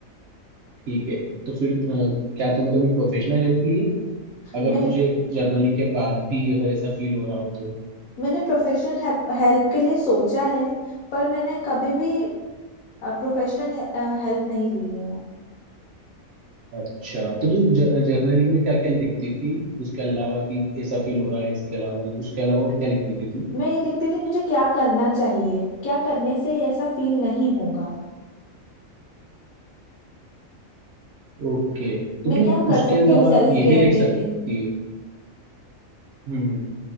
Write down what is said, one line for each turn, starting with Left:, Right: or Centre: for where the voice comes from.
Right: ठीक है तो फिर अ, क्या तूने कभी प्रोफेशनल हेल्प ली है अगर
Left: मैंने
Right: तुझे जर्नलिंग के बाद भी अगर ऐसा फील हो रहा हो तो।
Left: मैंने प्रोफेशनल हेल्प के लिए सोचा है पर मैंने कभी भी प्रोफेशनल हेल्प नहीं ली है
Right: अच्छा तो तू जर्नलिंग में क्या क्या लिखती थी इसके अलावा कि ऐसा फील हो रहा है इसके अलावा उसके अलावा और क्या लिखती थी तू
Left: मैं ये लिखती थी मुझे क्या करना चाहिए क्या करने से ऐसा फील नहीं होगा
Right: ओके तो
Left: मैं
Right: तू
Left: क्या कर
Right: उसके
Left: सकती
Right: अलावा
Left: हूँ सेल्फ
Right: ये
Left: केयर
Right: भी लिख
Left: के
Right: सकती
Left: लिए
Right: है हम्म हम्म।